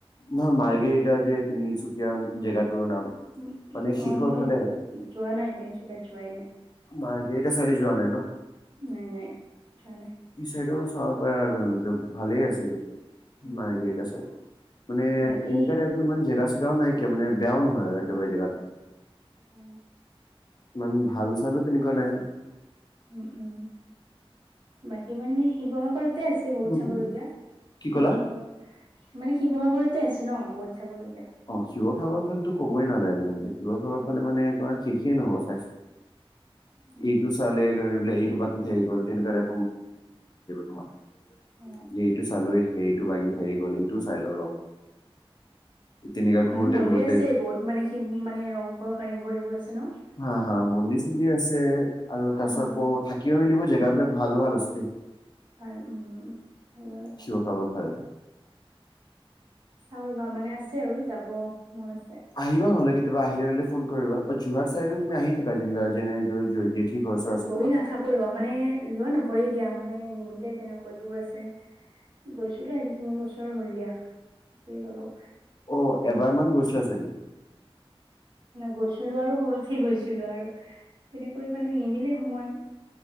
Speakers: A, on the left; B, on the right.
A: নহয় মাৰ্গেৰিতা এইটা যে তুনিচুকীয়া জেগাটোৰ নাম।
B: উ
A: মানে শেষৰ
B: অ মই
A: ফালে হয়
B: যোৱা নাই তিনিচুকীয়াত যোৱাই নাই।
A: মাৰ্গেৰিটা চাইডে যোৱা নাই ন?
B: নাই নাই যোৱা নাই।
A: ই চাইডও চাব পৰা আৰু <unintelligible> ভালে আছে গৈ
B: উম,
A: মাৰ্গেৰিটা চাইড। মানে এনেকুৱা
B: বাকী
A: টাইপৰ জেগা নাইকিয়া মানে বেয়া নহয় আৰু একেবাৰে জেগাত।
B: অ
A: ইমান ভাল-চালো তেনেকুৱা নাই।
B: উম উম বাকী মানে শিৱসাগ তে আছে বহুত
A: নতুন
B: চাবলগীয়া
A: কি ক'লা
B: ডিব্ৰুগড় মানে শিৱসাগৰতে আছে ন বহুত চাবলগীয়া।
A: অ শিৱসাগৰ ফালো ক'বই নালাগে, শিৱসাগৰ
B: উম
A: ফালে মানে শেষে নহব চাই
B: উম
A: এইটো চালে গৈ পেলাই এইটো বাকী থাকি গ'ল তেনেকুৱা <unintelligible> তোমাৰ
B: অ
A: যে এইটো চালো সেইটো বাগি থি গ'ল এইটোও চাই লো ৰ। তেনেকা ঘূৰোতে
B: মানে মন্দিৰ
A: ঘূৰোতে
B: আছে বহুত মানে সি মানে ৰংঘৰ কাৰেংঘৰ এইবোৰ আছে ন।
A: হা হা মন্দিৰ চন্দিৰ আছে আৰু
B: অ
A: তাৰপিছত আকৌ থাকিব মেলিব জেগাাবলাক ভাল ভাল আছে দেই।
B: ভাল উম হয় বাৰু।
A: শিৱসাগৰৰ ফালে।
B: চাওঁ ৰ'বা, মানে আছে আৰু, যাব মন আছে।
A: আহিবা নহ'লে কেতিয়াবা আহিলে মানে ফোন কৰিবা, বাত যোৰহাট চাইডে তুমি আহি থাকা যেনে <unintelligible> আছে
B: গৈ
A: তোমাৰ।
B: নাথাকো ৰবা, মানে যোৱা নপৰে দিয়া, মানে নিমিলে তেনেকৈ দূৰ আছে। গৈছিলো আজি তিন বছৰ হ'ল দিয়া, তেতিয়াই গ'লো।
A: অ এবাৰ মান গৈছিলা চাগে?
B: গৈছিলো আৰু সৰুতেই গৈছিলো আৰু তেনেকৈ মানে নিমিলে সময়।